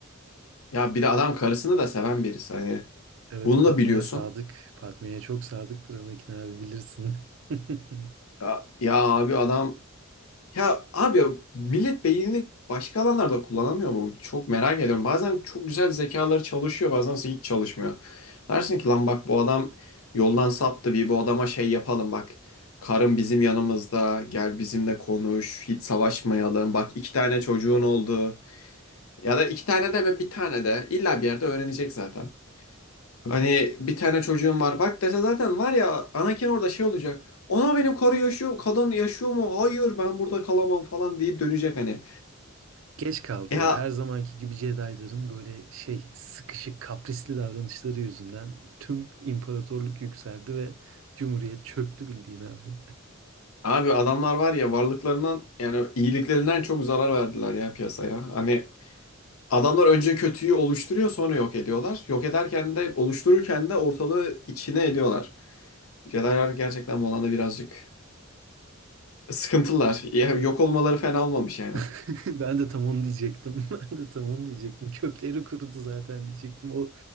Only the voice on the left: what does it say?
Ya bir de adam karısını da seven birisi hani.
Bunu
da biliyorsun.
Ya, ya abi adam... Ya abi millet beynini başka alanlarda kullanamıyor mu? Çok merak ediyorum. Bazen çok güzel zekaları çalışıyor bazen ise hiç çalışmıyor. Dersin ki lan bak bu adam yoldan saptı bir bu adama şey yapalım bak. Karın bizim yanımızda gel bizimle konuş hiç savaşmayalım. Bak iki tane çocuğun oldu. Ya da iki tane de ve bir tane de illa bir yerde öğrenecek zaten. Hani bir tane çocuğum var bak dese zaten var ya Anakin orada şey olacak. Ona benim karı yaşıyor, kadın yaşıyor mu? Hayır ben burada kalamam falan deyip dönecek hani.
Ya
abi adamlar var ya varlıklarından yani iyiliklerinden çok zarar verdiler ya piyasaya. Hani adamlar önce kötüyü oluşturuyor sonra yok ediyorlar. Yok ederken de oluştururken de ortalığı içine ediyorlar. Jedi'lar gerçekten bu alanda birazcık sıkıntılar. Ya, yok olmaları fena olmamış yani.